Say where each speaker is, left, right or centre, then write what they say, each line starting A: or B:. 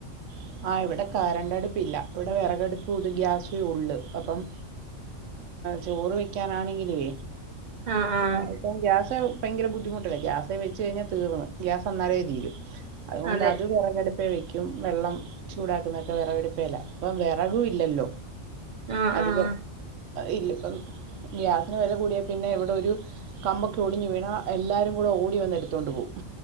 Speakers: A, on the right; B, on the right.
A: ഉം ആഹ് ഇവിടെ കരണ്ട് അടുപ്പ് ഇല്ല ഇവിടെ വിറകടുപ്പും ഇത് ഗ്യാസെ ഉള്ളു അപ്പം ചോറ് വക്കാനാണെങ്കിലേ
B: ആഹ് ആഹ്
A: ഇപ്പം ഗ്യാസ് ഭയങ്കര ബുദ്ധിമുട്ടല്ലേ ഗ്യാസെ വെച്ച് കഴിഞ്ഞാൽ തീർന്ന് ഗ്യാസ് അന്നേരെ തീരും അതുകൊണ്ട്
B: അതെ
A: അത് വിറകെടുപ്പ വെക്കും വെള്ളം ചൂടാക്കുന്നതൊക്കെ വിറകടുപ്പേല അപ്പം വിറകും ഇല്ലല്ലോ
B: ആഹ്
A: അധികം
B: ആഹ്
A: ഇല്ല ഇപ്പം ഗ്യാസിന് വില കൂടിയെ പിന്നെ ഇവിടെ ഒരു കമ്പൊക്കെ ഒടിഞ്ഞു വീണാ എല്ലാരും കൂടെ ഓടി വന്ന് എടുത്തോണ്ട് പോവും